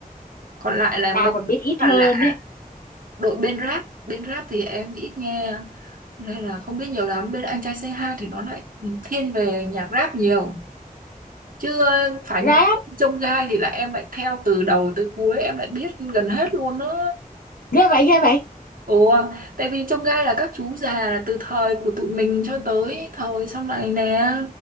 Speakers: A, on the right (about 65°); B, on the left (about 70°).
A: còn lại là
B: tao
A: mấy
B: còn biết ít
A: là
B: hơn
A: lạ
B: ấy
A: đội bên rap bên rap thì em ít nghe nên là không biết nhiều lắm bên anh trai c hai thì nó lại thiên về nhạc rap nhiều chứ ờ, phải
B: rap
A: những cái trông gai thì là em lại theo từ đầu tới cuối em lại biết gần hết luôn đó
B: ghê vậy ghê vậy
A: ồ tại vì trông gai là các chú già là từ thời của tụi mình cho tới thời sau này nè